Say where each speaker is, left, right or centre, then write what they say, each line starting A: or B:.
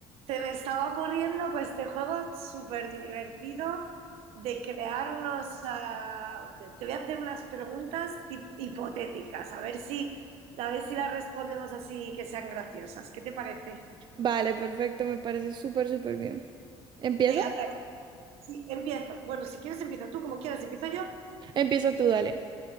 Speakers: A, on the right (about 80°); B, on the right (about 45°).
A: Se me estaba ocurriendo pues, este juego súper divertido de crear unos... ah, de- te voy a hacer unas preguntas tip- hipotéticas, a ver si, a ver si las respondemos así que sean graciosas. ¿Qué te parece?
B: Vale, perfecto, me parece súper, súper bien. ¿Empieza?
A: Venga, a ver, sí, empiezo. Bueno, si quieres empiezo tú, como quieras, empiezo yo.
B: Empieza tú, dale.